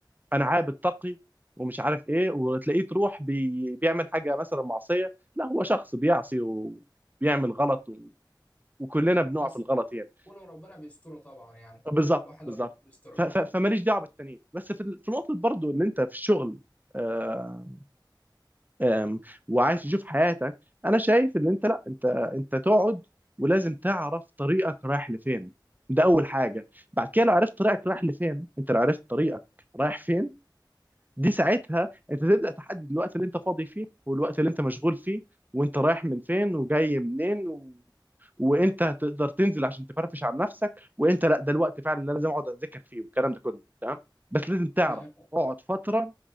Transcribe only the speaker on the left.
بس
ولو ربنا بيستره طبعا يعني
الواحد
ربنا بيستره
فهمت